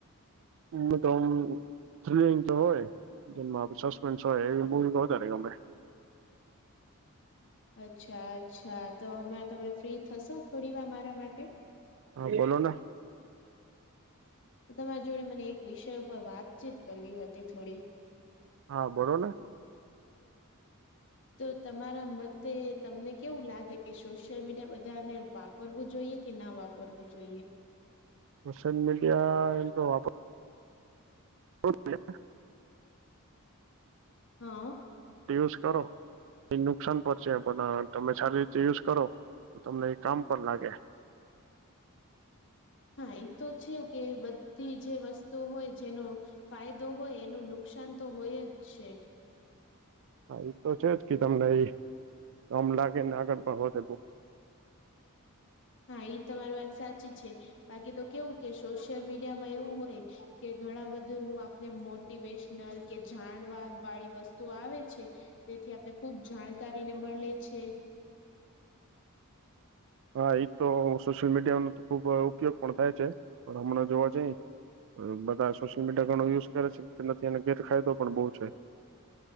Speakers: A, on the right; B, on the left.
A: મને તો ઓમ <unintelligible> તો હોય જેમાં સસ્પેન્સ હોય એવી મૂવી વધારે ગમે.
B: અચ્છા અચ્છા તો હમે તમે ફ્રી થશો થોડી વાર મારા માટે.
A: હા બોલો ના.
B: તમારા જોડે મને એક વિષય ઉપર વાતચીત કરવી હતી થોડી.
A: હા બોલો ને.
B: તો તમારા મતે તમને કેવું લાગે કે સોશિયલ મીડિયા બધાને વાપ વાપરવું જોઈએ કે ના વાપરવું જોઈએ.
A: સોશિયલ મીડિયા એમ તો વાપ <unintelligible>
B: હા.
A: તે યુઝ કરો. એ નુકસાન પર છે પણ તમે સારી રીતે યુઝ કરો તો તમને એ કામ પણ લાગે.
B: હા એતો છે કે બધી જે વસ્તુ હોય જેનું ફાયદો હોય એનું નુકસાન તો હોય જ છે.
A: હા એ તો છે જ કે તમને કમ લાગેને આગળ પણ હોતે બુ
B: હા એ તમારી વાત સાચી છે. બાકી તો કેવું કે સોશિયલ મીડિયા માં એવું હોય કે ઘણા બધું આપને મો મોટિવેશનલ કે જાણવા વાળી વસ્તુ આવે છે. તેથી આપને ખુબ જાણકારી ને મળે છે.
A: હા એજ તો સોશિયલ મીડિયા ન તો ખુબ ઉપયોગ પણ થાય છે પણ હમણાં જોવા જઈ બધા સોશિયલ મીડિયા ઘણો યુઝ કરે છે તે નથી અને ગેરફાયદો પણ બહુ છે.